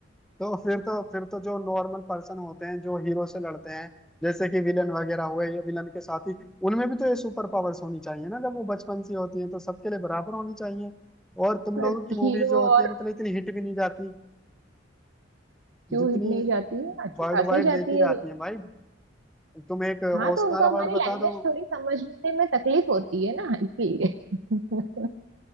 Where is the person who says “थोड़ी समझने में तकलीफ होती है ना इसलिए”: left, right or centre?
Right